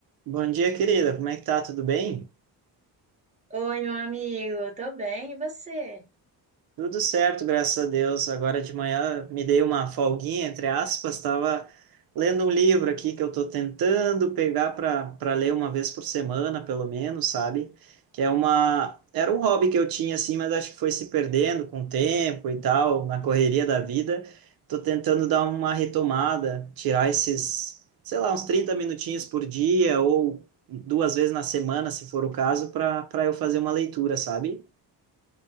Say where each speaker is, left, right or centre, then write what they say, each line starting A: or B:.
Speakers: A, on the right (about 55°); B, on the right (about 15°).
A: Bom dia, querida. Como é que tá? Tudo bem?
B: Oi, meu amigo, tô bem, e você?
A: Tudo certo, graças a Deus. Agora de manhã me dei uma folguinha, entre aspas, estava lendo um livro aqui que eu estou tentando pegar para para ler uma vez por semana, pelo menos, sabe? Que é uma era um hobby que eu tinha assim, mas acho que foi se perdendo com o tempo e tal, na correria da vida. Estou tentando dar uma retomada, tirar esses, sei lá, uns 30 minutinhos por dia ou duas vezes na semana, se for o caso, para para eu fazer uma leitura, sabe?